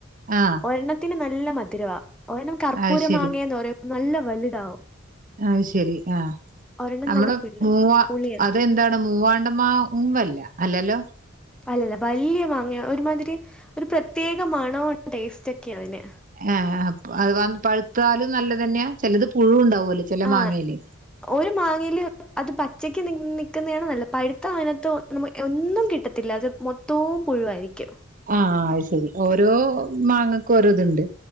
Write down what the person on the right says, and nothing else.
ആഹ്.
അത് ശരി
അത് ശെരി ആഹ്
നമ്മള്
മൂവാ
അതെന്താണ് മൂവാണ്ടമാവ് ഉമ്മല്ല അല്ലല്ലോ?
ഏഹ് അ പ പഴുത്താലും നല്ലതെന്നാ ചെലത് പുഴു ണ്ടാവൂലേ ചെല
മാങ്ങേല്.
ആഹ് അയ് ശരി ഓരോ മാങ്ങക്കും ഓരോത്ണ്ട്